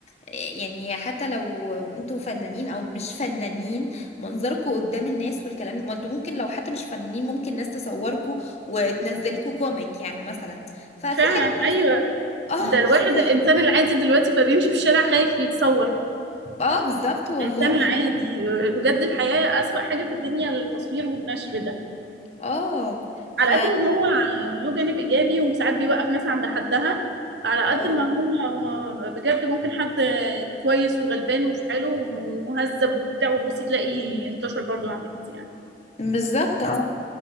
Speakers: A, on the left (about 40°); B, on the right (about 80°).
A: يعني حتى لو انتوا فنانين او مش فنانين منظركوا قدام الناس والكلام ما انتوا ممكن لو حتى مش فنانين ممكن ناس تصوركوا وتنزلكوا كوميك يعني مثلا ففي
B: فعلا
A: حاجات بتحصل
B: أيوه ده
A: اه
B: الواحد
A: ف...
B: الإنسان العادي دلوقتي بقى بيمشي في الشارع خايف يتصور
A: اه بالظبط والله
B: الإنسان العادي بجد الحياة أسوأ حاجة في الدنيا التصوير والنشر ده
A: اه ف
B: على قد ما هو له جانب ايجابي وساعات بيوقف ناس عند حدها على
A: اه
B: قد ما هو بجد ممكن حد كويس وغلبان وفي حاله ومهذب وبتاع وتبصي تلاقي انتشر برضو على النت يعني
A: بالظبط اه